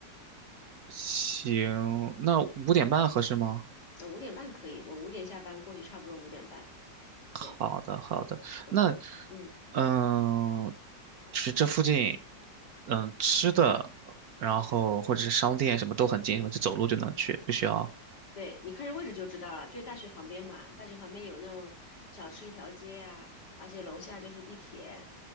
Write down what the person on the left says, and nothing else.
那五点半可以，我五点下班过去，差不多五点半。对，
我的，
嗯。
对，你看这位置就知道了，就在大学旁边嘛。大学旁边有那种小吃一条街啊，而且楼下就是地铁，